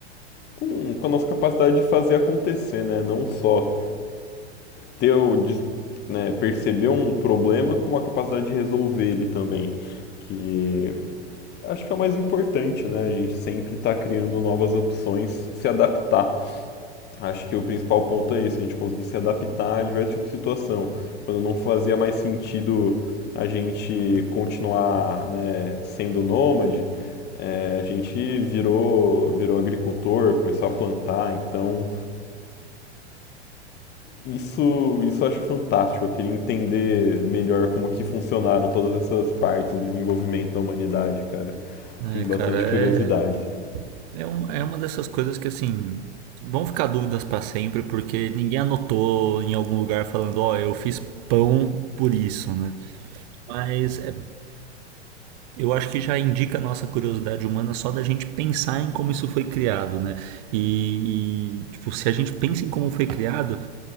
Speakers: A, on the left (about 30°); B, on the right (about 40°).
A: com, com a nossa capacidade de fazer acontecer, né? Não só teu, de, né, perceber um problema com uma capacidade de resolver ele também. Que acho que é o mais importante, né? A gente sempre está criando novas opções, se adaptar. Acho que o principal ponto é esse, a gente conseguir se adaptar a diversos tipos de situação. Quando não fazia mais sentido a gente continuar, né, sendo nômade, é, a gente virou, virou agricultor, começou a plantar, então Isso, isso eu acho fantástico. Eu queria entender melhor como que funcionaram todas essas partes do desenvolvimento da humanidade, cara.
B: É,
A: Tenho
B: cara,
A: bastante
B: é.
A: curiosidade.
B: É, um, é uma dessas coisas que, assim, vão ficar dúvidas pra sempre, porque ninguém anotou em algum lugar falando, ó, eu fiz pão por isso, né? Mas é- eu acho que já indica a nossa curiosidade humana só da gente pensar em como isso foi criado, né? E, e, tipo, se a gente pensa em como foi criado,